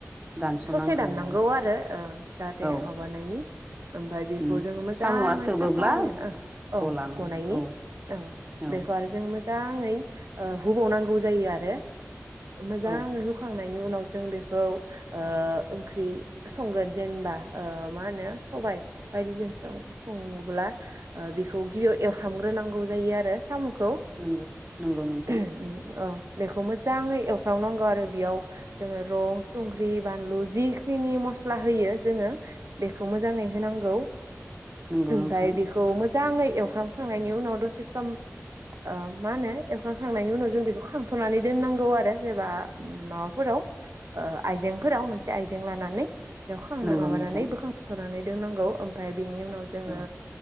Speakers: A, on the right (about 25°); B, on the right (about 65°).
A: दानस'नांगौ
B: ससे दाननांगौ
A: औ
B: आरो ओ जाहाथे
A: औ
B: माबानायनि ओमफाय बेखौ
A: उम
B: जोङो मोजाङै
A: साम'आ सोबोब्ला
B: साफायै ओ औ
A: गलाङो
B: गनायनि
A: औ
B: ओ
A: औ
B: बेखौ आरो जों मो जाङै ओ हुबावनांगौ जायो आरो मोजाङै
A: औ
B: हुखांनाय बेनि उनाव जों बेखौ ओ ओंख्रि संगोन जेनबा ओ मा होनो सबाइ बायदिजों सं संङोब्ला ओ बिखौ गिबियाव एवफ्रामग्रोनांगौ जायो आरो। साम'खौ
A: नंगौ नंगौ नोंथां
B: उम ओ औ। बेखौ मोजाङै एवफ्रामनांगौ आरो बेयाव जोङो रं संख्रि बानलु जिखिनि मस्ला होयो जोङो बेखौ मोजाङै होनांगौ
A: नंगौ
B: ओमफाय
A: नोंथां
B: बेखौ मो जाङै एवफ्रामखांनायनि उनाव दसे सम ओ मा होनो एवफ्रामखांनायनि उनाव जों बेखौ खांथ'नानै दोननांगौ आरो। जेनेबा उम माबाफोराव ओ आइजेंफोराव मोनसे आयजें लानानै बेयाव खांना
A: नंगौ
B: माबानानै
A: नोंथां
B: बोखांथनानै दोननांगौ ओमफाय बेनि उनाव जोङो
A: औ